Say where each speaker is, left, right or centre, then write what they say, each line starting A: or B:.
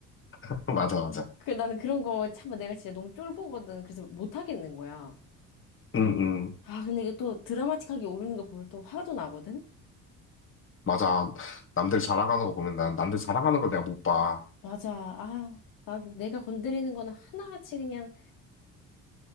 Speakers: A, on the left; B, on the left.
A: <laughs> 맞아, 맞아.
B: 응. 그 나는 그런 거 참 내가 진짜 너무 쫄보거든. 그래서 못 하겠는 거야.
A: 응, 응.
B: 아, 근데 이게 또 드라마틱하게 오르는 거 보면 또 화도 나거든?
A: 맞아. 남들 자랑하는 거 보면 난 남들 자랑하는 거 내가 못 봐.
B: 맞아. 아, 나 내가 건드리는 거는 하나같이 그냥